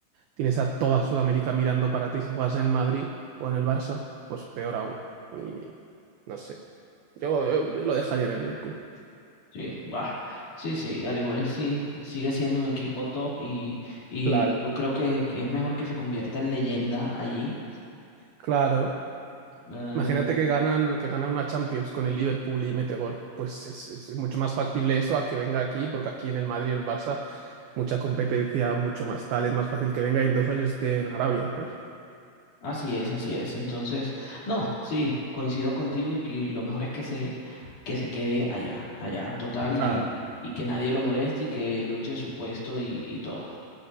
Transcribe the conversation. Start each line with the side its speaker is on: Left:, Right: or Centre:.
Right: tienes a toda Sudamérica mirando para ti. Si juegas en el Madrid o en el Barça, pues peor aún. Y no sé. Yo, yo, yo lo dejaría en el Liverpool.
Left: Sí, bah, sí, sí, al igual es sí, sigue siendo un equipo top y, y
Right: Claro,
Left: yo creo que, que es mejor que se convierta en leyenda allí,
Right: claro.
Left: ¿verdad?
Right: Imagínate
Left: Un equi-
Right: que ganan, que gana una Champions con el Liverpool y mete gol. Pues es, es mucho más factible eso a que venga aquí, porque aquí en el Madrid y en el Barça, mucha competencia, mucho más tal, es más fácil que venga y en dos años esté en Arabia, ¿sabes?
Left: Así es, así es. Entonces, no, sí, coincido contigo y que lo mejor es que se, que se quede allá, allá total
Right: Claro,
Left: y, y que nadie lo moleste y que luche su puesto y, y todo.